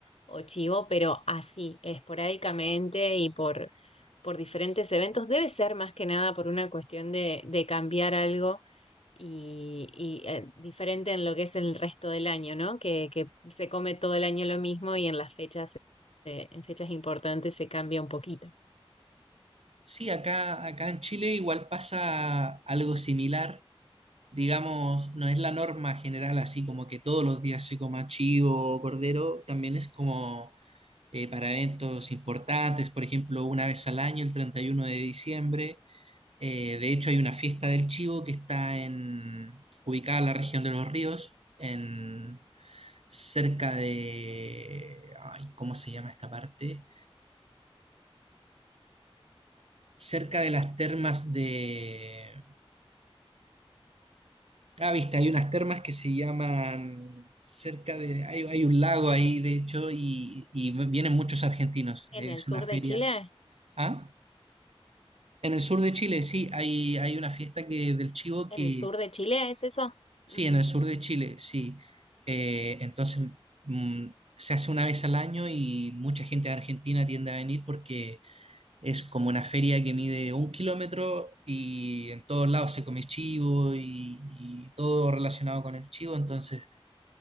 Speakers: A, on the left; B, on the right.
A: o chivo, pero así, esporádicamente y por por diferentes eventos. Debe ser más que nada por una cuestión de, de cambiar algo y, y, eh, diferente en lo que es el resto del año, ¿no? Que, que se come todo el año lo mismo y en las fechas, eh, en fechas importantes se cambia un poquito.
B: Sí, acá, acá en Chile igual pasa algo similar. Digamos, no es la norma general así como que todos los días se coma chivo o cordero. También es como eh, para eventos importantes, por ejemplo, una vez al año, el 31 de diciembre. Eh, de hecho, hay una fiesta del chivo que está en, ubicada en la región de Los Ríos, en, cerca de... ay, ¿cómo se llama esta parte? cerca de las termas de... Ah, viste, hay unas termas que se llaman cerca de... Hay, hay un lago ahí, de hecho, y, y vienen muchos argentinos.
A: En
B: Es
A: el sur
B: una feria.
A: de Chile,
B: ¿Ah? En el sur de Chile, sí, hay, hay una fiesta que, del chivo que...
A: en el sur de Chile, ¿es eso?
B: Sí,
A: Ujú.
B: en el sur de Chile, sí. Eh, entonces, mm, se hace una vez al año y mucha gente de Argentina tiende a venir porque Es como una feria que mide un kilómetro y en todos lados se come chivo y, y todo relacionado con el chivo. Entonces